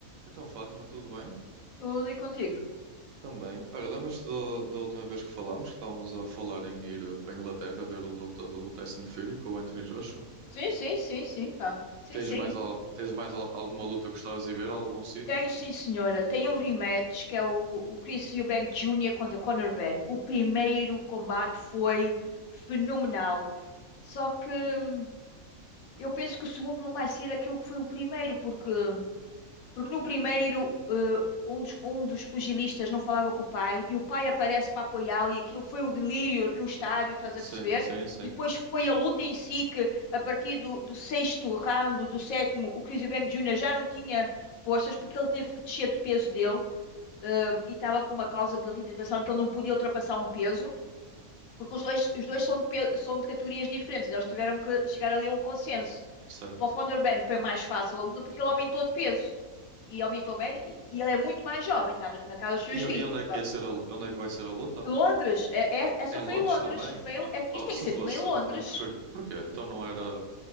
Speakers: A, on the right; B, on the left.
A: Então, Fátima, tudo bem?
B: Tudo e contigo.
A: Também. Olha, lembras-te da, da última vez que falámos, que estávamos a falar em ir eh, para a Inglaterra ver a luta do Tyson Fury com o Anthony Joshua?
B: Sim, sim, sim, sim, pá. Sim,
A: Tens
B: sim.
A: mais, al- tens mais al- alguma luta que gostavas de ver, algum sítio?
B: Tem, sim, senhora. Tem um rematch que é o, o Chris Eubank Jr. contra Conor Benn. O primeiro combate foi fenomenal. Só que hum, eu penso que o segundo não vai ser aquilo que foi o primeiro, porque hum, Porque no primeiro, eh, um dos, um dos pugilistas não falava com o pai e o pai aparece para apoiá-lo e aquilo foi o delírio no estádio, estás
A: Sim,
B: a perceber?
A: sim, sim.
B: E depois foi a luta em si que, a partir do, do sexto round, do sétimo, o Chris Eubank Jr. já não tinha forças porque ele teve que descer de peso dele, eh, e estava com uma causa de reidratação que ele não podia ultrapassar um peso, porque os dois, os dois são de, pe- são de categorias diferentes, então eles tiveram que chegar ali a um consenso.
A: Certo.
B: Para o Conor Ben foi mais fácil a luta porque ele aumentou de peso. E aumentou bem. E e ele é muito mais jovem, está na na casa dos seus
A: E, e
B: vinte.
A: onde
B: enquanto-
A: é que ia ser a, lu- onde é que vai ser a luta?
B: Londres, é- é- essa
A: Em
B: foi
A: Londres
B: em Londres.
A: também?
B: Foi em- é-
A: Oh,
B: isto tem
A: se
B: que ser
A: fosse,
B: tudo em Londres.
A: não preferia. Porquê? Então não era